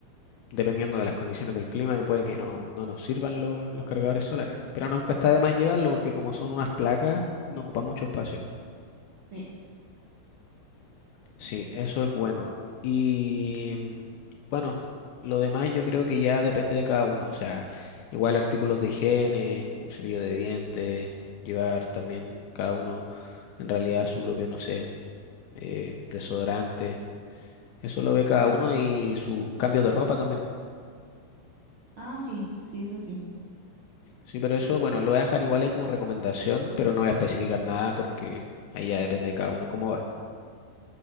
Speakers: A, on the left (about 80°); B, on the right (about 75°).
A: dependiendo de las condiciones del clima, que puede que no, no nos sirvan los, los cargadores solares. Pero nunca está de más llevarlo porque como son unas placas, no ocupan mucho espacio.
B: Sí.
A: Sí, eso es bueno. Y mm, bueno, lo demás yo creo que ya depende de cada uno. O sea, igual artículos de higiene, un cepillo de dientes, llevar también cada uno en realidad su propio, no sé, eh, desodorante. Eso lo ve cada
B: Ujú.
A: uno y sus cambios de ropa también.
B: Ah, sí, sí, eso sí.
A: Sí, pero eso, bueno, lo voy a dejar igual ahí como recomendación, pero no voy a especificar nada porque ahí ya depende de cada uno cómo va.